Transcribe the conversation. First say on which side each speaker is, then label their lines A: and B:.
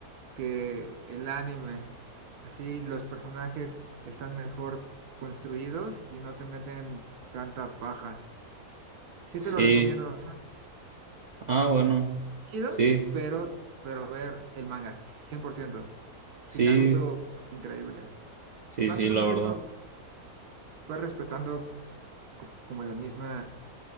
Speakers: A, on the right; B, on the right.
A: que el anime. Así los personajes están mejor construidos y no te meten tanta paja. Sí
B: Sí,
A: te lo recomiendo, o sea,
B: ah, bueno,
A: chido,
B: sí,
A: pero, pero ver el manga, cien por ciento
B: sí,
A: Y Naruto es increíble.
B: sí,
A: Más
B: sí,
A: o menos
B: la verdad.
A: sí lo va respetando co- como la misma